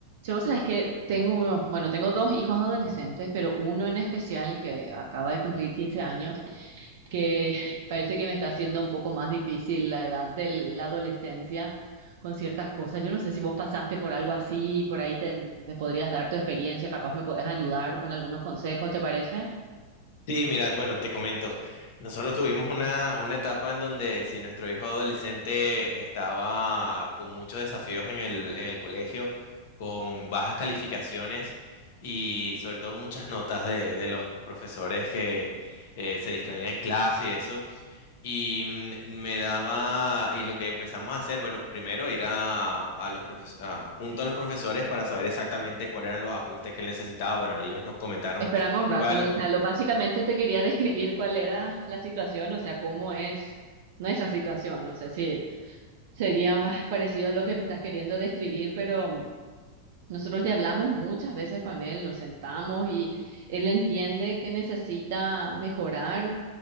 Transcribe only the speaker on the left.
Sí, mira, bueno, te comento. Nosotros tuvimos una, una etapa en donde si nuestro hijo adolescente estaba con muchos desafíos en el, en el colegio, con bajas calificaciones y sobre todo muchas notas de, de los profesores que eh, se distraían en clase y eso. Y mm, me daba, y lo que empezamos a hacer, bueno, primero ir a, a los profes- a- junto a los profesores para saber exactamente cuáles eran los ajustes que él necesitaba. Bueno, ellos nos comentaron
cuál.